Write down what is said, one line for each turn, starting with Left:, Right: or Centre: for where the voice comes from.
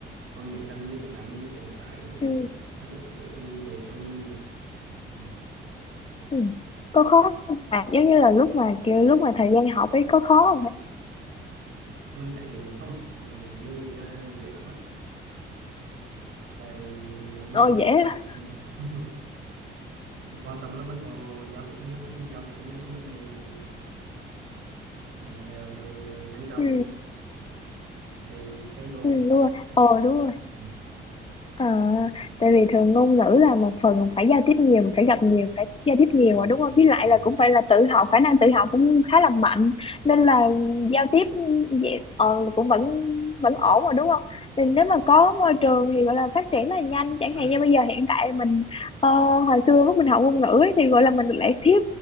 Right: còn những ngành như tiếng Anh tiếng Thái hay
Left: ừ
Right: tiếng Trung Quốc Hàn Quốc các thứ thì dạy cho người Nhật ừ.
Left: ừ. có khó không bạn giống như là lúc mà kiểu lúc mà thời gian học ấy có khó không hả?
Right: mình thấy không ừ, mình nghĩ là dễ lắm á tại mình
Left: Ồ dễ á.
Right: ừ. <laughs> quan trọng là mình có giao tiếp nhiều không giao tiếp nhiều thì mình mới ừ, mày nâng cao
Left: ừ
Right: cái cái trình độ
Left: ừ
Right: cái nhận
Left: đúng rồi
Right: thức đấy
Left: ồ đúng rồi
Right: ừ.
Left: Ờ, tại vì thường ngôn ngữ là một phần mình phải giao tiếp nhiều, mình phải gặp nhiều, phải giao tiếp nhiều
Right: Ừ.
Left: mà đúng
Right: Ừ.
Left: không? Với lại
Right: Ừ.
Left: là cũng phải là tự học, khả năng tự học cũng khá
Right: Ừ.
Left: là mạnh nên là giao tiếp vậy, ờ, cũng vẫn vẫn
Right: Ừ.
Left: ổn mà đúng không? Thì nếu mà có môi trường thì gọi là phát triển rất là nhanh, chẳng
Right: Đúng đấy.
Left: hạn như bây giờ hiện tại mình ờ, hồi xưa lúc mình học ngôn ngữ ấy, thì gọi là mình lại thiếu